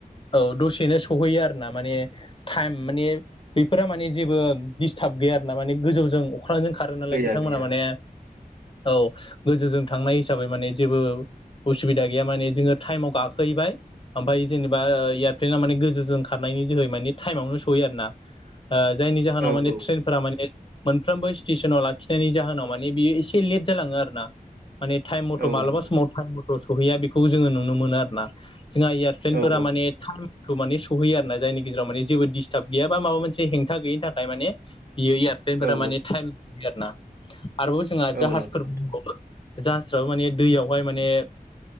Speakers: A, on the left; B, on the right.
A: औ दसेनो सहैयो आरोना माने। टाइम माने बेफोरा माने जेबो दिडिस्टार्ब गैया ना माने गोजौजों अख्रांजों खारो नालाय
B: गैया
A: बिथांमोना
B: गैया
A: माने औ गोजौजों थांनाय हिसाबै माने जेबो उसुबिदा गैया माने जोङो टाइमाव गाखोहैबाय ओमफ्राय जेनेबा ओ एयारप्लेना माने गोजौजों खारनायनि जोहै माने टाइमावनो सहयो आरना। ओ जायनि जाहोनावाने
B: औ औ
A: ट्रेन फोर माने मोनफ्रोमबो स्टेसनाव लाखिनायनि जाहोनाव माने बियो एसे लेट जालाङो आरोना। माने टाइम मथ'
B: औ
A: मालाबा
B: नंगौ
A: समाव टाइम मथ' सहैया बेखौ जोङो नुनो मोनो आरोना जोंहा इयार फ्लेनफोरा
B: औ औ
A: माने टाइमखौ माने सहैयो आरोना जायनि गेजेराव माने जेबो डिस्टार्ब गैया बा माबा मोनसे हेंथा गैयिनि थाखाय माने बियो एयारप्लेनफोरा
B: औ
A: माने टाइम होयो आरोना आरोबाव जोंहा
B: औ
A: जाहाजफोर
B: नंगौ नोंथां
A: दंबावो जाहासफ्राबो माने दैयावहाय माने